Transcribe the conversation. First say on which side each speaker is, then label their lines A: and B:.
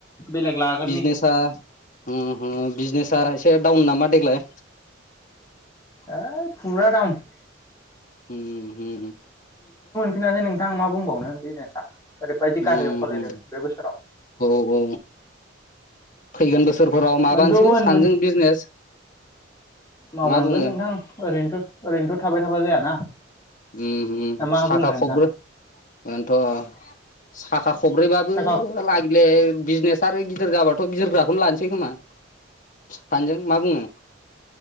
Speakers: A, on the left; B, on the left.
A: बेलेग लागोरनि
B: बिजनेसा उम हु बिजनेस ओ इसे डाउन नामा देग्लाय
A: ओ फुरा दाउन ।
B: होम होम।
A: फिनाखै नोंथां मा बुंबावनो बे सा ओरैबायदि गाज्रियाव
B: उम
A: सलिदों बे बोसोराव।
B: औ औ फैगोन बोसो सोरफोराव माबानोसै
A: मोनगौमोन
B: सानैजों
A: मोन
B: बिजनेस
A: मावनांगोन
B: मा बुङो
A: नोंथां ओरैनोथ' ओरैनोथ' थाबाय थाबा जायाना।
B: होम होम
A: ना मा
B: साखा
A: बुङो नोंथां
B: खबब्रै बेनोथ' साखा खबब्रैबाबो
A: साखा
B: लागिले बिजनेस सार गिदिर जाबाथ' गिदिरग्राखौनो लानोसै खोमा सानैजों मा बुङो?